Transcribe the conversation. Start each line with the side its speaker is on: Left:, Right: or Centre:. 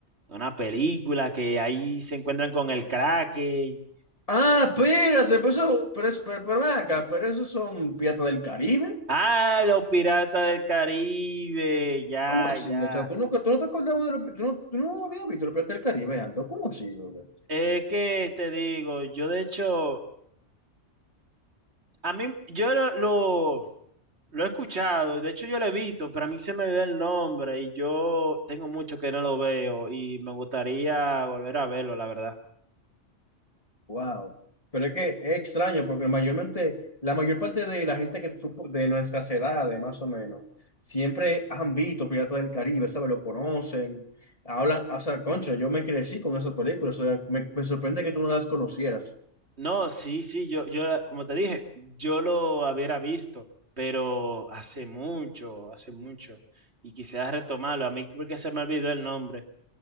Right: una película que ahí se encuentran con el Kraken.
Left: Ah, espérate, pues eso, pero eso, pero, pero ven acá, pero esos son Piratas del Caribe.
Right: Ah, los piratas del Caribe, ya,
Left: ¿Cómo así?
Right: ya.
Left: O sea, tú, nunca, tú no te acordabas de los, pi- tú no, tú no habías visto los Piratas del Caribe antes. ¿Cómo así, brother?
Right: Es que te digo, yo de hecho, a mí, yo lo, lo, lo he escuchado, y de hecho yo lo he visto, pero a mí se me da el nombre y yo tengo mucho que no lo veo y me gustaría volver a verlo, la verdad.
Left: Wow. Pero es que es extraño porque mayormente, la mayor parte de la gente que tú- de nuestras edades, más o menos, siempre han visto Piratas del Caribe, ¿sabes? Lo conocen, hablan, o sea, concho, yo me crecí con esas películas, o sea, me, me sorprende que tú no las conocieras.
Right: No, sí, sí, yo, yo, la- como te dije, yo lo hubiera visto, pero hace mucho, hace mucho, y quisiera retomarlo, a mí porque se me olvidó el nombre.